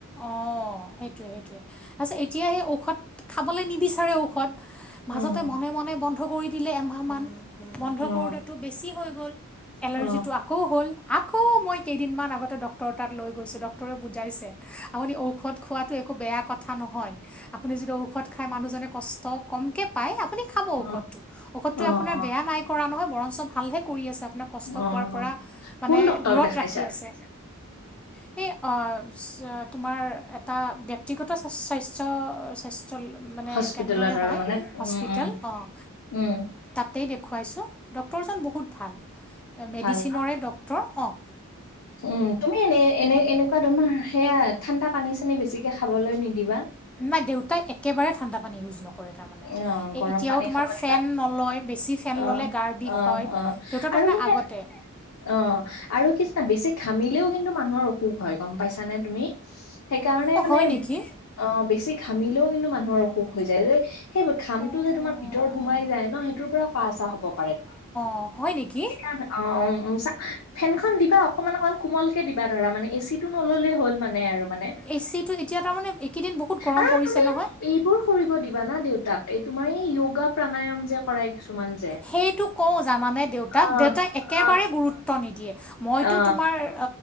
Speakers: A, in the centre; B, on the left (about 80°).
A: অঁ সেইটোৱে সেইটোৱে তাৰপিছত এতিয়া সেই ঔষধ খাবলৈ নিবিচাৰে ঔষধ। মাজতে
B: উম
A: মনে মনে বন্ধ কৰি দিলে এমাহ মান বন্ধ
B: অ
A: কৰোতেটো। বেছি হৈ গ'ল এলাৰজিটো
B: অ অ
A: আ। আকৌ হ'ল আকৌ মই কেইদিনমান আগতে ডক্টৰৰ তাত লৈ গৈছো ডক্টৰে বুজাইছে। আপুনি ঔষধ খোৱাটো একো বেয়া কথা নহয় আপুনি যদি ঔষধ খায় মানুহজনে কষ্ট। কমকে পায় আপুনি খাব ঔষধটো
B: অ অ
A: ঔষধটোৱে
B: অ অ',
A: আপোনাৰ বেয়া নাই। কৰা নহয় বৰঞ্চ ভালহে কৰি আছে আপোনাক। কষ্ট
B: অ'।
A: পোৱাৰ পৰা মানে
B: কোন ডক্তৰক
A: দূৰত
B: দেখাইছা
A: ৰাখি আছে সেই অ। তোমাৰ এটা ব্যক্তিগত স্বাস্থ্য স্বাস্থ্য। মানে
B: হস্পিতেলত
A: কেন্দ্ৰই হয়
B: আৰু মানে
A: হস্পিটেল
B: উম উম
A: অঁ
B: উম
A: তাতেই দেখুৱাইছোঁ। ডক্টৰজন বহুত ভাল মেডিচিনৰৰে
B: ভাল
A: ডক্টৰ অ।
B: উম তুমি এনে এনে এনে। তোমাৰ সেয়াই ঠাণ্ডা পানী- চানী বেছিকে খাবলৈ নিদিবা।
A: নাই দেউতাই একেবাৰে ঠাণ্ডা পানী ইউজ নক। কৰে তাৰমানে
B: অ গৰম
A: এতিয়াও
B: পানী
A: তোমাৰ
B: খাব
A: ফেন
B: দিবা
A: নলয় বেছি ফেন
B: অ
A: ল'লে গাৰ বিষ
B: অ
A: হয়।
B: অ
A: দেউতা
B: আৰু
A: তাৰমানে
B: কিন্তু
A: আগতে।
B: এ- অ আৰু কিছনা বেছি ঘামিলেও কিন্তু মানুহৰ অসুখ হয় গম পাইছানে তুমি। সেইকাৰণে
A: অঁ
B: মানে
A: হয় নেকি
B: অ বেছি ঘামিলেও কিন্তু মানুহৰ অসুখ হৈ যায় যে সেই ঘামটো
A: অঁ
B: যে তোমাৰ ভিতৰত সোমাই যায় ন সেইটোৰ পৰা কাহ চাহ হ'ব পাৰে
A: অঁ হয় নেকি
B: সেইকাৰণে অ অ অ ফেনখন দিবা অকমান অকমান কোমলকে দিবা ধৰা মানে এচি টো নল'লেই হ'ল মানে আৰু মানে
A: <unintelligible>
B: আৰু তুমি এইবোৰ কৰিব দিবা না দেউতাক এই তোমাৰ এই য়োগা প্ৰাণায়ম যে কৰাই কিছুমান যে
A: সেইটো কওঁ যানানে দেউতাক
B: অ
A: দেউতাই একেবাৰে
B: অ
A: গুৰুত্ব ত্ব নিদিয়ে মইতো
B: অ
A: তোমাৰ এ